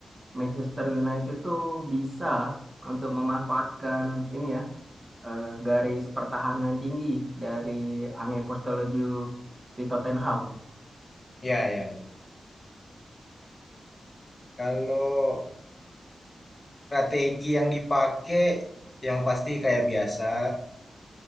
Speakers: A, on the right; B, on the left.
A: Manchester United itu bisa untuk memanfaatkan ini ya eh, garis pertahanan tinggi dari Ange Postecoglou di Tottenham?
B: ya, ya, ya. Kalau strategi yang dipakai, yang pasti kayak biasa,